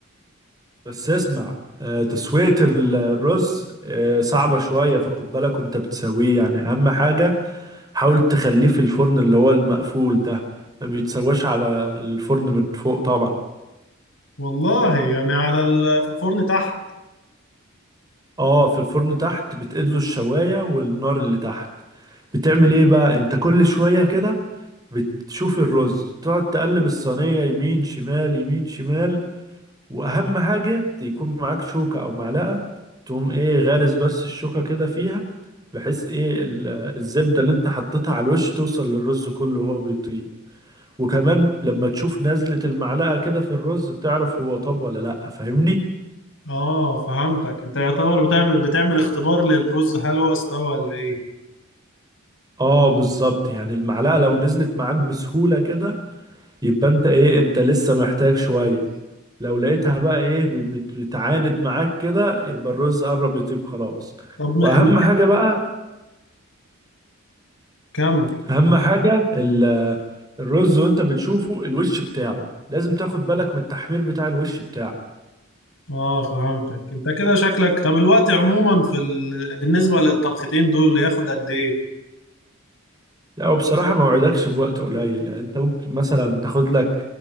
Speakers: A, on the right; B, on the left.
A: بس اسمع آه تسوية ال- الرز آه صعبة شوية فخد بالك وانت بتسويه يعني أهم حاجة حاول تخليه في الفرن اللي هو المقفول ده ما بيتسواش على الفرن من فوق طبعا
B: والله يعني على ال... في الفرن تحت
A: اه في الفرن تحت بتقله الشواية والنار اللي تحت بتعمل ايه بقى انت كل شوية كده بتشوف الرز تقعد تقلب الصينية يمين شمال يمين شمال واهم حاجة يكون معاك شوكة او معلقة تقوم ايه غارس بس الشوكة كده فيها بحيث ايه ال- الزبدة اللي انت حطيتها على الوش توصل للرز كله وهو بيطيب وكمان لما تشوف نزلة المعلقة كده في الرز تعرف هو طب ولا لأ فاهمني؟
B: اه فهمتك انت يعتبر بتعمل بتعمل اختبار للرز هل هو استوى ولا ايه
A: اه بالظبط يعني المعلقة لو نزلت معاك بسهولة كده يبقى انت ايه انت لسه محتاج شوية لو لقيتها بقى ايه بت- بت- بتعاند معاك كده يبقى الرز قرب يطيب خلاص
B: طب م...
A: واهم
B: م...
A: حاجة بقى
B: كم
A: اهم حاجة ال- الرز وانت بتشوفه الوش بتاعه لازم تاخد بالك من التحمير بتاع الوش بتاعه
B: اه فهمتك انت كده شكلك طب الوقت عموما في ال... بالنسبه للطبختين دول ياخد قد ايه
A: لا وبصراحة ما وعدكش بوقت قليل يعني انت ممكن مثلا تاخد لك